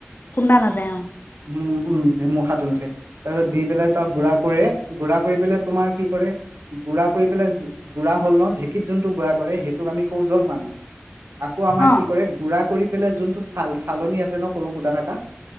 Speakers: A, on the left; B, on the right.
A: খুন্দা নাযায় অ
B: <unintelligible> তাৰছত দি পেলে তই গুড়া কৰে গুড়া কৰি পেলাই তোমাৰ কি কৰে গুড়া কৰি পেলাই গুড়া হ'ল ন, ঢেঁকীত যোনটো গুড়া কৰে সেইটোক আমি কওঁ জলপান। আকৌ আমাৰ
A: অ
B: কি কৰে গুড়া কৰি পেলে যোনটো চাল-চালনী আছে ন সৰু ফুটা থাকা